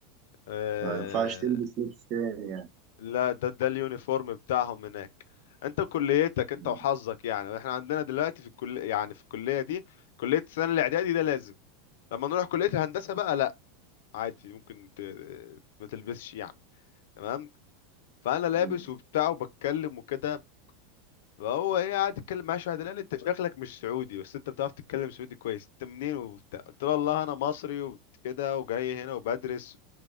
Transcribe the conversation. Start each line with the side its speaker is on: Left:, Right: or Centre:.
Left: آه
Right: ما ينفعش تلبس لبس تاني يعني
Left: لا ده ده اليونيفورم بتاعهم هناك انت كليتك انت
Right: مم.
Left: وحظك يعني احنا عندنا دلوقتي في الكل يعني في الكليه دي كليه السنه الاعدادي ده لازم لما نروح كليه الهندسه بقى لا عادي ممكن ت... ما تلبسش يعني تمام فانا لابس
Right: مم.
Left: وبتاع وبتكلم وكده فهو ايه قاعد يتكلم معاه شويه قال لي انت شكلك مش سعودي بس انت بتعرف تتكلم سعودي كويس انت منين وبتاع قلت له والله انا مصري وكده وجاي هنا وبدرس